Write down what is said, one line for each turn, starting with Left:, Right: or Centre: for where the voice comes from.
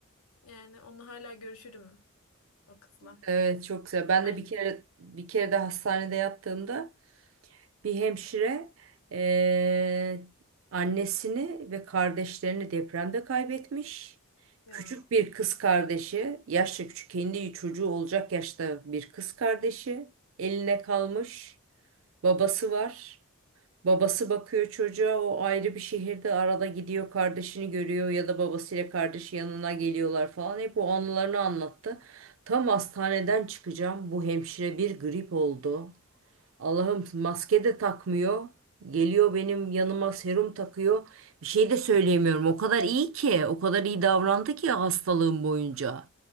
Left: Yani onu hala görüşürüm o kızla.
Right: Evet çok güzel. Ben
Left: Annesi
Right: de bir kere bir kere de hastanede yattığımda bir hemşire eee, annesini ve kardeşlerini depremde kaybetmiş.
Left: ya.
Right: Küçük bir kız kardeşi, yaşça küçük kendi çocuğu olacak yaşta bir kız kardeşi eline kalmış. Babası var. Babası bakıyor çocuğa o ayrı bir şehirde arada gidiyor kardeşini görüyor ya da babasıyla kardeşi yanına geliyorlar falan hep o anılarını anlattı. Tam hastaneden çıkacağım bu hemşire bir grip oldu. Allah'ım maske de takmıyor. Geliyor benim yanıma serum takıyor. Bir şey de söyleyemiyorum. O kadar iyi ki, o kadar iyi davrandı ki hastalığım boyunca.